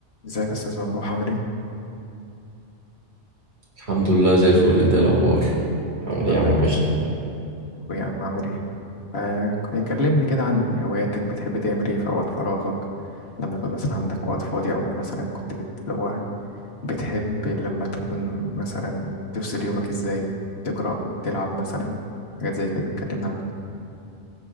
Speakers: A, on the left; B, on the right.
A: ازيك يا استاذ ممدوح عامل ايه
B: الحمد لله زي الفل انت ايه الاخبار عامل
A: الحمد
B: ايه
A: لله
B: يا عم
A: بخير
B: وحشني
A: اخويا يا عم عامل ايه ف- كلمني كده عن هواياتك بتحب تعمل ايه في اوقات فراغك لما يكون مثلا عندك وقت فاضي او مثلا كنت بت... اللي هو بتحب لما تكون مثلا تفصل يومك ازاي تقرا تلعب مثلا حاجات زي كده كلمنا عنك